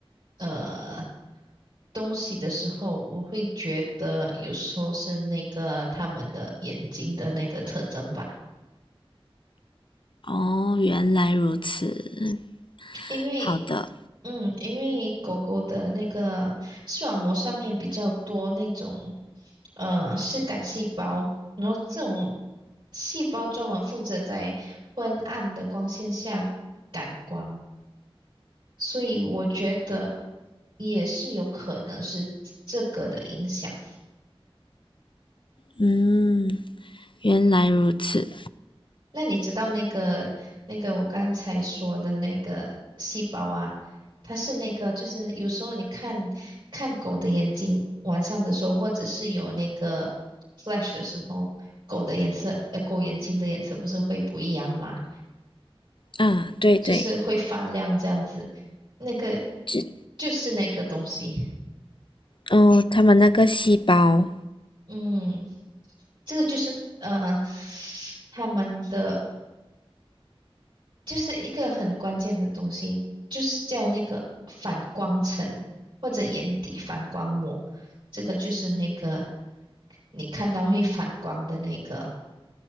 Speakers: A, on the right; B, on the left.
A: 呃东西的时候，我会觉得有时候是那个它们的眼睛的那个特征吧，
B: 哦，原来如此。
A: 因为
B: 好的，
A: 嗯，因为狗狗的那个视网膜上面比较多那种呃视感细胞，然后这种细胞专门负责在昏暗的光线下感光，所以我觉得也是有可能是这个的影响。
B: 嗯，原来如此。
A: 那你知道那个那个我刚才说的那个细胞啊，它是那个就是有时候你看看狗的眼睛，晚上的时候，或者是有那个 flash 的时候，狗的颜色，呃，狗眼睛的颜色不是会不一样嘛，
B: 啊，对对，
A: 就是会发亮这样子，那个
B: 只
A: 就是那个东西，
B: 哦，他们那个细胞
A: 嗯，这个就是呃他们的。就是一个很关键的东西，就是叫那个反光层或者眼底反光膜，这个就是那个你看到会反光的那个。